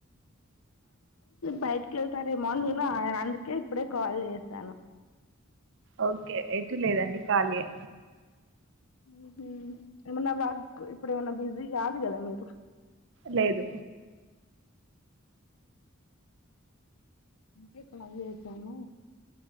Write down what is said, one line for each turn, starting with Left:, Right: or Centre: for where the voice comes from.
Left: బయటికి వెళ్తారేమో అని నినే అందుకే ఇప్పుడే కాల్ చేశాను
Right: ఓకే ఎటు లేదండి ఖాళీ ఎ
Left: ఉహూ ఏమన్నా వాట్ ఇప్పుడు ఏమన్నా బిజీ కాదు కదా మీరు
Right: లేదు
Left: ఇంకా ఎక్కడన్న పొయేసైన